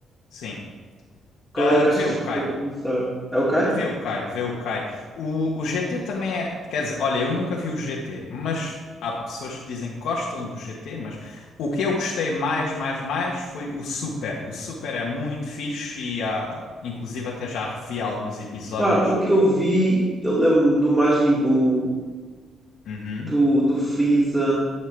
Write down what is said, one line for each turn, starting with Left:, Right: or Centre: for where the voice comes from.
Left: Sim.
Centre: Qual
Left: Ah,
Centre: é que achas
Left: vê o
Centre: que
Left: Kai.
Centre: eu devo começar? É ok?
Left: Vê o Kai, vê o Kai. O, o GT também é. Quer dizer, olha, eu nunca vi o GT, mas há pessoas que dizem que gostam do GT, mas o que eu gostei mais, mais, mais foi o Super. O Super é muito fixe e há, inclusive até já revi alguns episódios.
Centre: Pá, o que eu vi, eu lembro-me do Majin Buu,
Left: Uhum.
Centre: do, do Freeza,